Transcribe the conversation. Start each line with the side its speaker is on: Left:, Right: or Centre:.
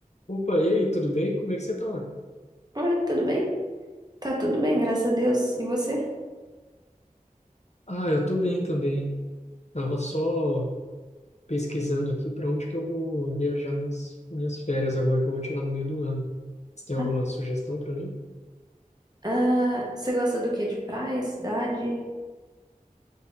Left: Opa, e aí, tudo bem? Como é que você tá?
Right: Oi, tudo bem? Tá tudo bem, graças a Deus. E você?
Left: Ah, eu tô bem também. Tava só pesquisando aqui para onde que eu vou viajar nas minhas férias agora que eu vou tirar no meio do ano. Você tem alguma
Right: Ah,
Left: sugestão para mim?
Right: ah, você gosta do quê? De praia, cidade?